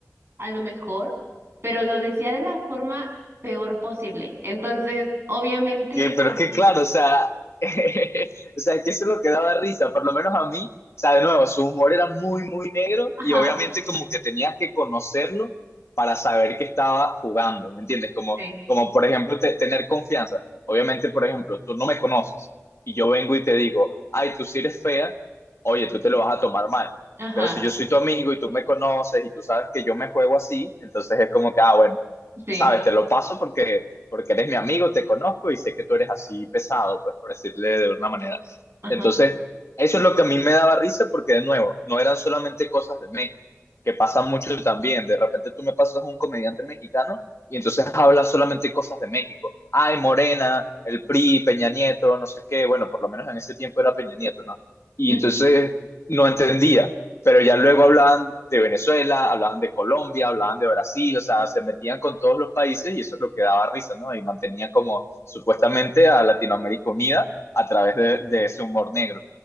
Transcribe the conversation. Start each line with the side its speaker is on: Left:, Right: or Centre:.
Right: a lo mejor, pero lo decía de la forma peor posible. Entonces, obviamente,
Left: que, pero es
Right: aquí,
Left: que claro, o sea, <laughs> o sea, que eso es lo que daba risa, por lo menos a mí, o sea, de nuevo, su humor era muy, muy negro
Right: ajá,
Left: y obviamente como que tenías que conocerlo para saber que estaba jugando, ¿me entiendes? Como,
Right: sí,
Left: como por ejemplo, te- tener confianza. Obviamente, por ejemplo, tú no me conoces y yo vengo y te digo, ay, tú sí eres fea, oye, tú te lo vas a tomar mal.
Right: ajá,
Left: Pero si yo soy tu amigo y tú me conoces y tú sabes que yo me juego así, entonces es como que, ah, bueno,
Right: sí,
Left: sabes, te lo paso porque porque eres mi amigo, te conozco y sé que tú eres así pesado, pues por decirle de una manera.
Right: ajá,
Left: Entonces, eso es lo que a mí me daba risa porque de nuevo, no eran solamente cosas de México, que pasan mucho también. De repente tú me pasas un comediante mexicano y entonces habla solamente cosas de México. Ay, Morena, el PRI, Peña Nieto, no sé qué, bueno, por lo menos en ese tiempo era Peña Nieto, ¿no?
Right: <laughs>
Left: Y
Right: mm,
Left: entonces no entendía pero ya luego hablaban de Venezuela, hablaban de Colombia, hablaban de Brasil, o sea, se metían con todos los países y eso es lo que daba risa, ¿no? Y mantenían como supuestamente a Latinoamérica unida a través de, de ese humor negro.